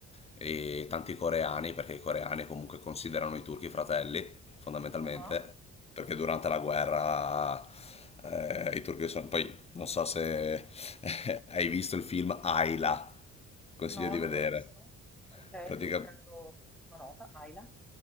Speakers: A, on the left; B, in the centre.
A: e tanti coreani, perché i coreani comunque considerano i turchi fratelli, fondamentalmente,
B: Ah,
A: perché durante la guerra eh, i turchi sono... Poi non so se <laughs> hai visto il film Ayla, consiglio
B: No,
A: di
B: non
A: vedere.
B: l'ho visto. Ok,
A: Pratica-
B: mi prendo una nota, Aila.